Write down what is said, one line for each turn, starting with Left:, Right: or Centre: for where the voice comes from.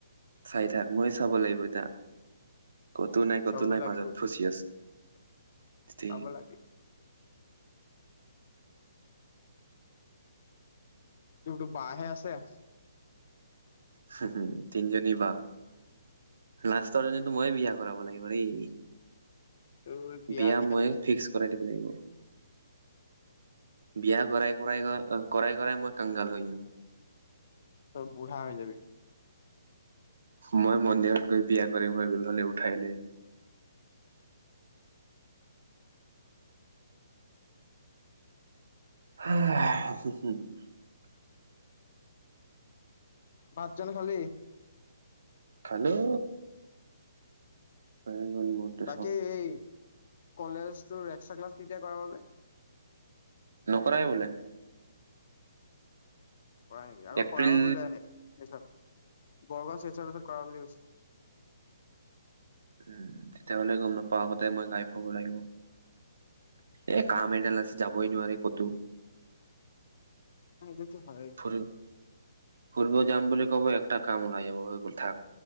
Right: চাই থাক মই চাব লাগিব এতিয়া। কতো নাই কতো
Left: চাবতো
Right: নাই
Left: লাগিব
Right: মাজত ফচি আছো। তে
Left: চাব লাগিব তোৰ তো বা হে আছে?
Right: হম তিনিজনী বা লাষ্টৰজনীতো ময়ে বিয়া কৰাব লাগিব ৰেই।
Left: তোৰ
Right: বিয়া
Left: দিয়া
Right: মই ফিক্স কৰাই দিব লাগিব। বিয়া কৰাই কৰাই কৰা কৰাই কৰাই মই কাংগাল হৈ যাম।
Left: তব বুঢ়া হৈ যাবি।
Right: মই মন্দিৰত গৈ বিয়া কৰিম হৈ গ হলে উঠাই লৈ আনিম। <unintelligible>
Left: ভাত জানো খালী?
Right: খালো। হৈ গ'ল মোৰতো
Left: বাকী
Right: চব
Left: এই কলেজটো একসট্ৰা ক্লাচ কেতিয়া কৰাব যে?
Right: নকৰাই বোলে।
Left: কৰা নেকি আকৌ
Right: এপ্ৰিল
Left: কৰাব বোলে। বৰগাঁও চোৰ পিছত কৰা বুলি কৈছে?
Right: উম, তেতিয়াহলে গম নাপায় আগতে মই গাই থুৱাব লাগিব। এ, কাম এডাল আছে যাবই নোৱাৰি ক'তো।
Left: এইটোতো হয়।
Right: ফুৰি ফুৰিব যাম বুলি কব একটা কাম ওলাই যাব থাক